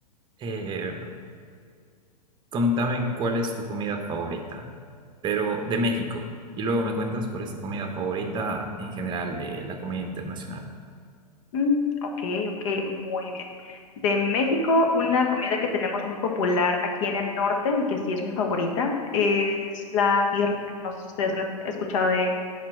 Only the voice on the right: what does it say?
eh, contame cuál es tu comida favorita, pero de México. Y luego me cuentas cuál es tu comida favorita en general de la comida internacional.